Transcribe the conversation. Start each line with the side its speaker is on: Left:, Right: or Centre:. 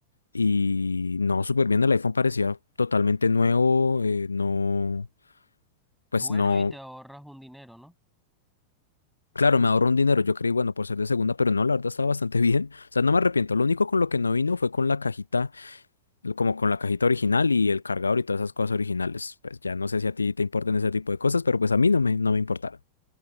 Left: y no, súper bien, el iPhone parecía totalmente nuevo, eh, no,
Centre: Es
Left: pues
Centre: bueno
Left: no,
Centre: y te ahorras un dinero, ¿no?
Left: claro, me ahorro un dinero, yo creí, bueno, por ser de segunda, pero no, la verdad estaba bastante <laughs> bien. O sea, no me arrepiento, lo único con lo que no vino fue con la cajita como con la cajita original y el cargador y todas esas cosas originales. Pues ya no sé si a ti te importan ese tipo de cosas, pero pues a mí no me, no me importaron.